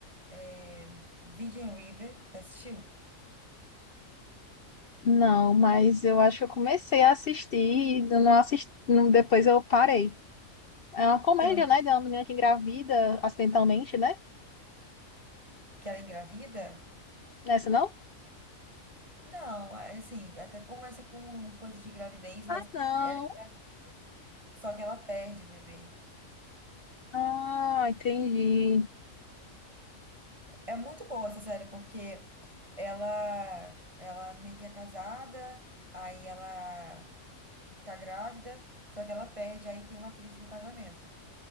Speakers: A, on the right; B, on the left.
A: é Virgin River, tá assistiu?
B: Não, mas eu acho que eu comecei a assistir e eu não assisti, não- depois eu parei. É uma comédia,
A: Que ela,
B: né, de uma menina que engravida acidentalmente, né?
A: que ela é engravida?
B: Nessa não?
A: Não, é assim, até começa com coisas de gravidez, mas
B: Ah, não.
A: ela é engra- só que ela perde o bebê.
B: Ah, entendi.
A: É muito boa essa série, porque ela, ela meio que é casada, aí ela tá grávida, só que ela perde, aí tem uma crise no casamento.